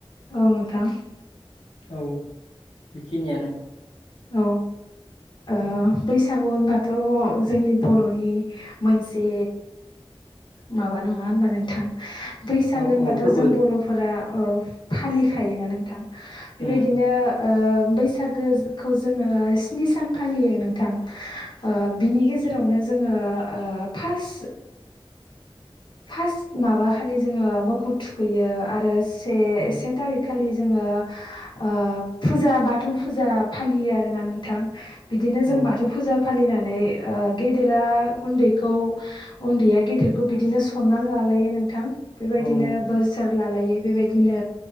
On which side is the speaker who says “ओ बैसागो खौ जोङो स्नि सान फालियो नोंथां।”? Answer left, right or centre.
Left